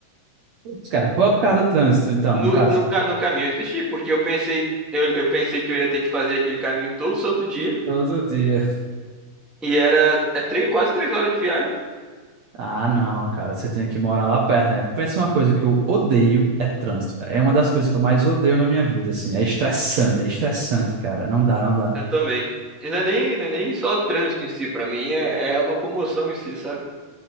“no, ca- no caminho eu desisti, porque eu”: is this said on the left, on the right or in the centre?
Centre